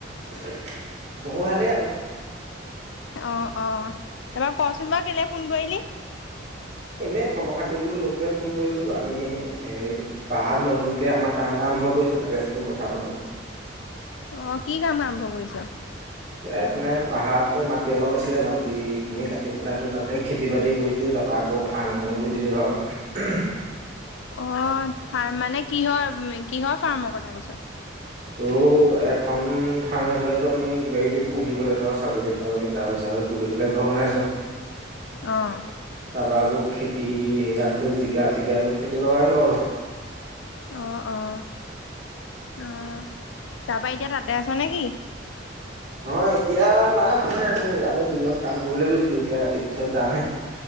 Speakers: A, on the right (about 35°); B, on the left (about 75°).
A: <unintelligible> মোৰ ভালেই আৰু।
B: অ' অ'! তাৰপা, ক'চোন বাৰু কেলে ফোন কৰিলি?
A: এনেই, খবৰ-খাতি বোলোঁ, ল'বলে। ফোন কৰিছোঁ। আমি এই, পাহাৰত নতুনকে আমাৰ, কাম এটা আৰম্ভ কৰিছোঁ। তাকে বোলোঁ, কথা পাতোঁ।
B: অ'! কি কাম আৰম্ভ কৰিছ?
A: এই মানে, পাহাৰতো মাটি অলপ আছিলে। মাটিখিনি কাটি পেলাই, তোৰ তাতে, খেতি-বাতি কৰিছোঁ। তাৰপৰা, আকৌ, ফাৰ্ম এখনো খুলিছোঁ, ধৰ।
B: অ'! ফাৰ্ম মানে কিহৰ, কিহৰ ফাৰ্মৰ কথা কৈছ?
A: তোৰ, এখন ফাৰ্ম, এইফালেতো আমি, কিবা-কিবি পুহিবলে ধৰ, ছাগলী-তাগলী, গাহৰি-চাহৰি পুহিবলে ঘৰ বনাইছোঁ।
B: অ'!
A: তাৰপৰা, আকৌ খেতি, ইয়াততো জিকা -চিকা এইবোৰ, খেতি লগাইছোঁ আৰু লগত।
B: অ' অ'! অ'! তাৰাপা এতিয়া, তাতে আছ নে কি? <inaudible>
A: নহয়, এতিয়া নাই মানে। এইটো, আমি দিনত কাম কৰিবলে গৈছিলোঁ। এতিয়া, ৰাতি পিছত যামহে।